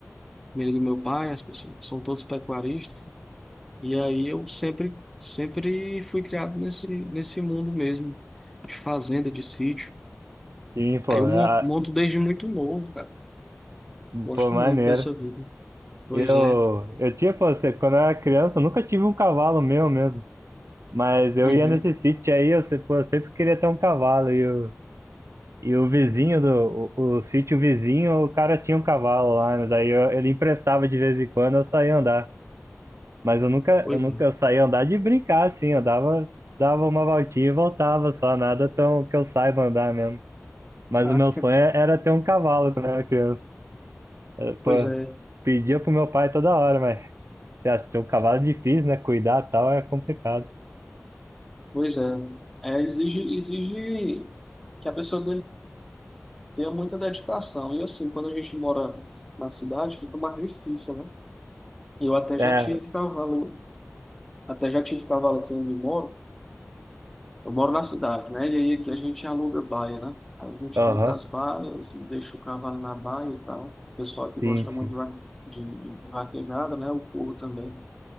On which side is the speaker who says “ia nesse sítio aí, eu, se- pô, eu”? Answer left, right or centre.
Right